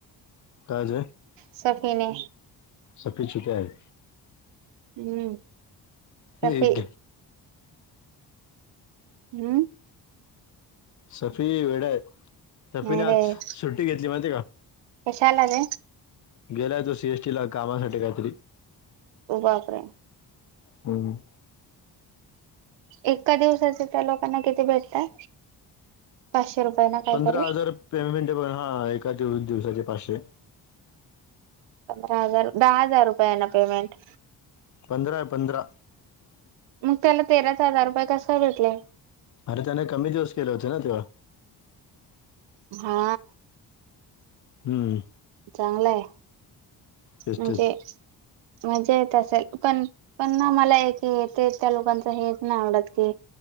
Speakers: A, on the left; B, on the right.
A: काळज
B: सफीने
A: सपीछुकय
B: हम्म सफी
A: एक
B: हम्म
A: सफी वेडा आहे सफीने
B: नाही
A: आज
B: रे
A: सुट्टी घेतली माहितीये का
B: कशाला ग
A: गेलाय तो सीएसटी ला कामासाठी काहीतरी
B: उभपरे
A: हम्
B: एका दिवसाचे त्या लोकांना किती भेटताय पाचशे रुपये ना काहीतरी
A: पंधरा हजार पेमेंट हा एका दिवसाचे पाचशे
B: पंधरा हजार दहा हजार रुपये ना पेमेंट
A: पंधरा पंधरा
B: मग त्याला तेराच हजार रुपये कसा भेटलय
A: अरे त्याने कमी दिवस केला होत ना तेव्हा
B: हा
A: हम्म
B: चांगलंय
A: तेच
B: म्हणजे
A: तेच
B: मजा येत असेल पण मला कीथ <unintelligible> त्या लोकांच हे नाही आवडत की